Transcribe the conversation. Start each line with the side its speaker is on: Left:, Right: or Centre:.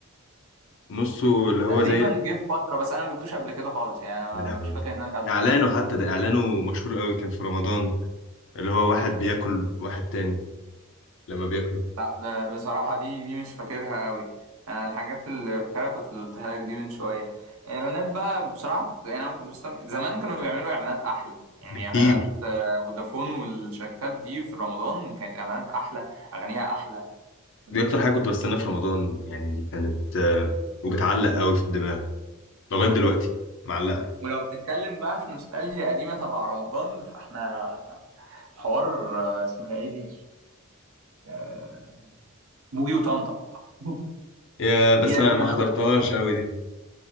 Left: نصه اللي هو
Right: تقريبا
Left: زي
Right: جه في فتره بس انا ما جبتوش قبل كده خالص يعني أنا
Left: يا لهوي
Right: مش فاكر ان انا كان
Left: اعلانه حتى ده اعلانه مشهور قوي كان في رمضان اللي هو واحد بياكل واحد تاني لما بياكله
Right: لا ب- بصراحة دي دي مش فاكرها قوي أنا الحاجات اللي فاكرها كنت اللي قلتها لك دي من شوية الإعلانات بقى بصراحة كنت يعني أنا كنت بستم... زمان كانوا بيعملوا إعلانات أحلى يعني
Left: بكتير
Right: إعلانات آه، فودافون والشركات دي في رمضان كانت إعلانات أحلى أغانيها أحلى كده
Left: دي اكتر حاجه كنت بستناها في رمضان يعني دي كانت آه، وبتعلق قوي في الدماغ لغايه دلوقتي معلقه
Right: ولو بنتكلم بقى في نوستالجيا قديمة تبع رمضان فإحنا حوار آه، اسمها إيه دي آه، بوجي وطمطم <laughs>
Left: يا بس
Right: دي قديمة
Left: انا ما حضرتهاش قوي دي